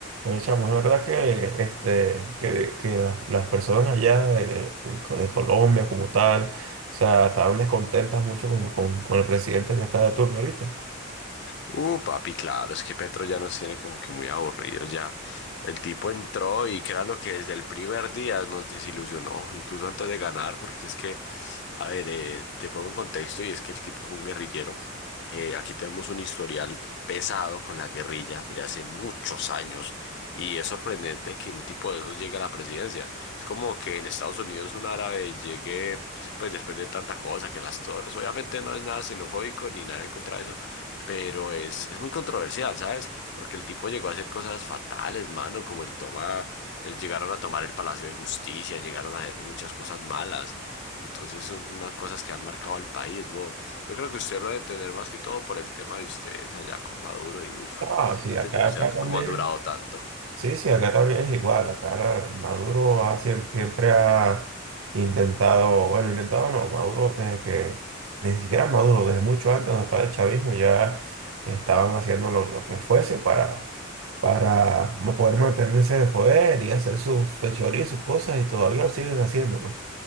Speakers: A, on the right; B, on the left.
A: Oye, chamo, no es verdad que, este, que, que las, las personas allá de, de de Colombia como tal, o sea, estaban descontentas mucho con, con- con el presidente que está de turno ahorita.
B: Uh, papi, claro, es que Petro ya nos tiene como que muy aburridos ya. El tipo entró y lo que desde el primer día nos desilusionó, incluso antes de ganar, porque es que, a ver, eh, te pongo en contexto y es que el tipo fue un guerrillero, eh, aquí tenemos un historial pesado con la guerrilla de hace muchos años y es sorprendente que un tipo de esos llegue a la presidencia. Es como que en Estados Unidos un árabe llegue, pues después de tanta cosa, que las torres, obviamente no es nada xenofóbico ni nada en contra de eso, pero es, es muy controversial, ¿sabes? Porque el tipo llegó a hacer cosas fatales, mano, como el toma, el- llegaron a tomar el Palacio de Justicia, llegaron a hacer muchas cosas malas. Entonces son unas cosas que han marcado al país, bo. Yo creo que usted lo debe entender más que todo por el tema de ustedes allá con Maduro y uff,
A: Ah, sí,
B: antes
A: acá,
B: yo no
A: acá
B: sé
A: también.
B: cómo han durado tanto.
A: Sí, sí, acá también es igual. Acá Maduro ha, siem- siempre ha intentado, bueno, intentado no, Maduro desde que, ni siquiera Maduro, desde mucho antes donde estaba el chavismo, ya estaban haciendo lo, lo que fuese para, para mo- poder mantenerse de poder y hacer sus fechorías, sus cosas, y todavía lo siguen haciendo, pues.